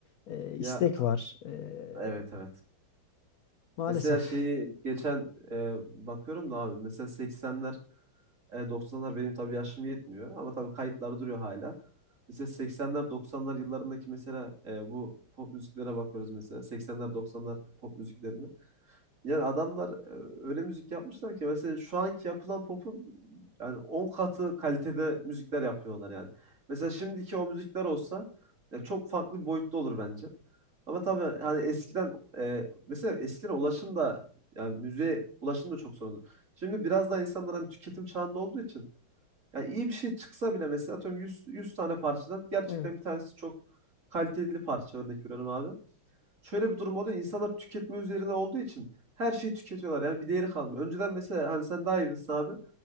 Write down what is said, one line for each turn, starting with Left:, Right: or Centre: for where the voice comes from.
Left: E,
Right: Ya
Left: istek var. E,
Right: evet evet.
Left: maalesef.
Right: Mesela şeyi geçen e, bakıyorum da abi mesela 80'ler e, 90'lar benim tabii yaşım yetmiyor ama tabii kayıtlar duruyor hala. Mesela 80'ler 90'lar yıllarındaki mesela e, bu pop müziklere bakıyoruz mesela 80'ler 90'lar pop müziklerine. Yani adamlar e, öyle müzik yapmışlar ki mesela şu anki yapılan pop'un yani 10 katı kalitede müzikler yapıyorlar yani. Mesela şimdiki o müzikler olsa ya çok farklı bir boyutta olur bence. Ama tabii hani eskiden e, mesela eskiden ulaşım da yani müziğe ulaşım da çok sorunlu. Şimdi biraz daha insanlar hani tüketim çağında olduğu için yani iyi bir şey çıksa bile mesela atıyorum 100, 100 tane parçadan gerçekten
Left: Evet.
Right: bir tanesi çok kaliteli parça örnek veriyorum abi şöyle bir durum oluyor. İnsanlar tüketme üzerine olduğu için her şeyi tüketiyorlar. Yani bir değeri kalmıyor. Önceden mesela hani sen daha iyi bilirsin abi.